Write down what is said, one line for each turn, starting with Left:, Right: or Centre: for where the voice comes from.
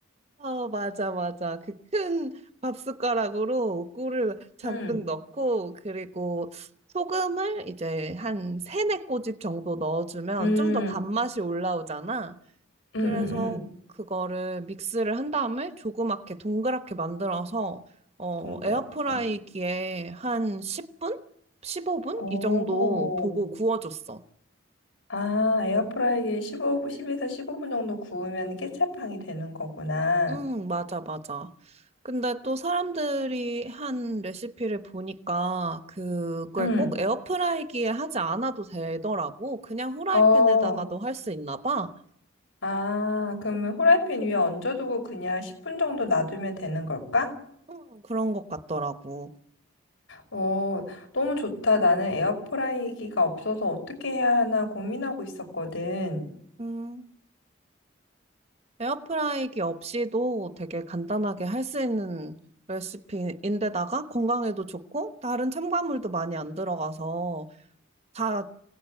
Right: 어, 맞아, 맞아. 그 큰 밥숟가락으로 꿀을 잔뜩
Left: 음.
Right: 넣고, 그리고 소금을 이제 한 세네 꼬집 정도 넣어주면
Left: 음.
Right: 좀 더 단맛이 올라오잖아.
Left: 음,
Right: 그래서
Left: 음, 음.
Right: 그거를 믹스를 한 다음에 조그맣게 동그랗게 만들어서, 어,
Left: 동그랗게.
Right: 에어프라이기에 한 10분? 15분?
Left: 오.
Right: 이 정도 보고 구워줬어.
Left: 아, 에어프라이기에 15, 10에서 15분 정도 구우면 케첩향이 되는 거구나.
Right: 응, 맞아, 맞아. 근데 또 사람들이 한 레시피를 보니까 그 그걸
Left: 응.
Right: 꼭 에어프라이기에 하지 않아도 되더라고. 그냥 후라이팬에다가도
Left: 어.
Right: 할 수 있나 봐.
Left: 아, 그러면 후라이팬 위에 얹어두고 그냥 10분 정도 놔두면 되는 걸까?
Right: 응, 그런 것 같더라고.
Left: 어, 너무 좋다. 나는 에어프라이기가 없어서 어떻게 해야 하나 고민하고 있었거든.
Right: 음, 에어프라이기 없이도 되게 간단하게 할 수 있는 레시피인데다가 건강에도 좋고 다른 첨가물도 많이 안 들어가서 다